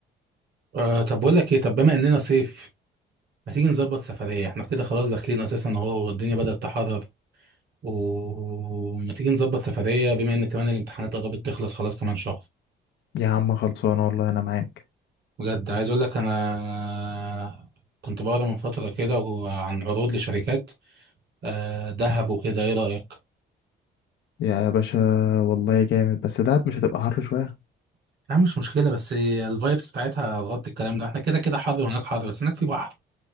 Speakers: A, on the right; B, on the left.
A: أه طب بقول لك ايه طب بما اننا صيف ما تيجي نظبط سفريه احنا كده خلاص داخلين اساسا اهو والدنيا بدات تحرر و- وما تيجي نظبط سفريه بما ان كمان الامتحانات قربت تخلص خلاص كمان شهر
B: يا عم خلصانة والله انا معاك
A: بجد عايز اقول لك انا كنت بقرا من فتره كده عن عروض لشركات آه، دهب وكده ايه رايك
B: يا باشا والله جامد بس دهب مش هتبقى حر شوية
A: يا عم مش مشكله بس الفايبس بتاعتها هتغطي الكلام ده احنا كده كده حر وهناك حر بس هناك في بحر